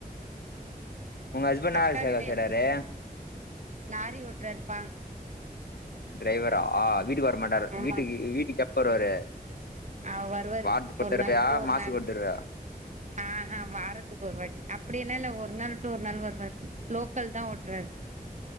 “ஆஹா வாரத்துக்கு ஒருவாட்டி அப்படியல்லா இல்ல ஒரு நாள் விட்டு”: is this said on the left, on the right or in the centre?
Right